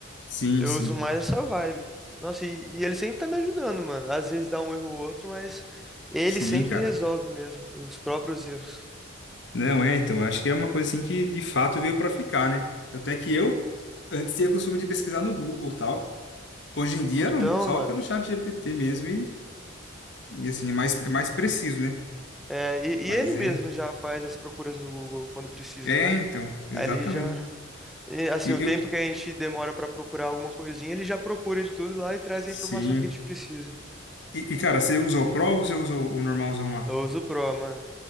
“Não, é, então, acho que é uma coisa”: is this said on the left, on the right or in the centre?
Left